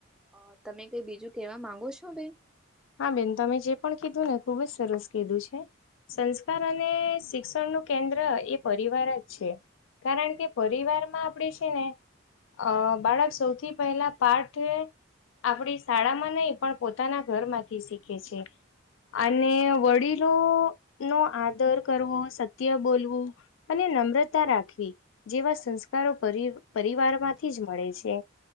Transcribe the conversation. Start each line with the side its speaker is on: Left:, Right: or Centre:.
Centre: અ તમે કઈ બીજું કેવા માંગો છો બેન?
Left: હા બેન તમે જે પણ કીધું ને ખુબ જ સરસ કીધું છે સંસ્કાર અને શિક્ષણ નું કેન્દ્ર એ પરિવાર જ છે કારણ કે પરિવાર માં આપણે છે ને અ બાળક સૌથી પહેલા પાઠ આપણી શાળામાં નહી પણ પોતાના ઘર માંથી શીખે છે અને વડીલો નો આદર કરવો સત્ય બોલવું અને નમ્રતા રાખવી. જેવા સંસ્કારો પર પરિવારમાંથી જ મળે છે.